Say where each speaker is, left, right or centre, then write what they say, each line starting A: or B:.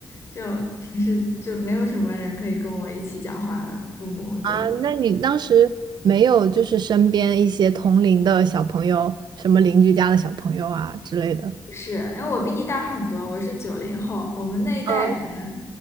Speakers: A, on the left (about 35°); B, on the right (about 80°).
A: 就平时就没有什么人可以跟我一起讲话的，父母都
B: 啊，那你当时没有就是身边一些同龄的小朋友，什么邻居家的小朋友啊之类的？
A: 不是，因为我比你大很多，我是九零后，我们那一代人
B: 嗯